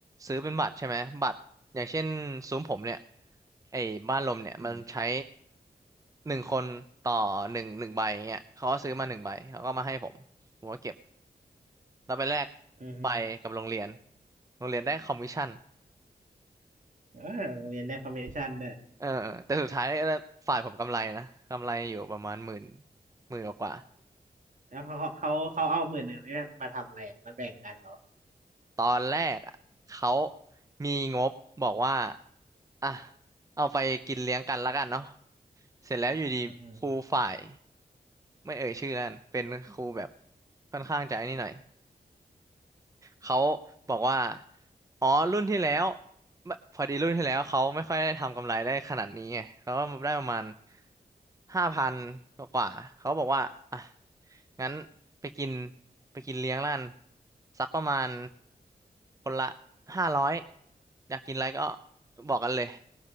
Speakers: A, on the right; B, on the right.
A: ซื้อเป็นบัตรใช่ไหมบัตรอย่างเช่นซุ้มผมเนี่ยไอ้บ้านลมเนี่ยมันใช้
B: อืม
A: หนึ่งคนต่อหนึ่งหนึ่งใบเงี้ยเขาก็ซื้อมาหนึ่งใบเขาก็มาให้ผมผมก็เก็บแล้วไปแลก
B: อืม
A: ใบกับโรงเรียนโรงเรียนได้คอมมิชชั่น
B: เออโรงเรียนได้คอมมิชชั่นด้วย
A: เออแต่สุดท้ายฝ่ายผมกำไรนะกำไรอยู่ประมาณหมื่นหมื่นกว่า
B: แล้วเขาเขาเขาเอาหมื่นหนึ่งนี่มาทำอะไรอะมาแบ่งกันเหรอ
A: ตอนแรกอะเขามีงบบอกว่าอ่ะเอาไปกินเลี้ยงกันแล้วกันเนาะเสร็จแล้วอยู่ดีครูฝ่าย
B: อืมอืม
A: ไม่เอ่ยชื่อนั่นเป็นครูแบบค่อนข้างจะไอ้นี่หน่อย เขาบอกว่าอ๋อรุ่นที่แล้วไม่พอดีรุ่นที่แล้วเขาไม่ค่อยได้ทำกำไรได้ขนาดนี้ไงเขาก็ได้ประมาณห้าพันกว่าๆเขาบอกว่าอ่ะงั้นไปกินไปกินเลี้ยงร้านสักประมาณคนละห้าร้อยอยากกินอะไรก็บอกกันเลย